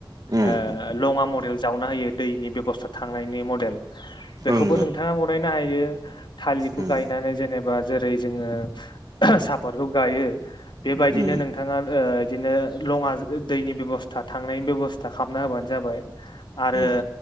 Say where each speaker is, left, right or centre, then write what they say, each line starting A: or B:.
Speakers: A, on the right (about 50°); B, on the left (about 65°).
A: उम
B: ओ लङा मदेल जावना होयो दैनि बेब'स्था थांनायनि मडेल बेखौबो
A: ओं
B: नोंथाङा बनायनो हायो। थालिरखौ
A: ओं
B: गायनानै जेनेबा जेरै जोङो <unintelligible> सापथखौ गायो बेबायदिनो
A: उम उम
B: नोंथाङा ओ इदिनो लङा दैनि बेबस्था थांनायनि बेबस्था खालामना होबानो जाबाय। आरो
A: उम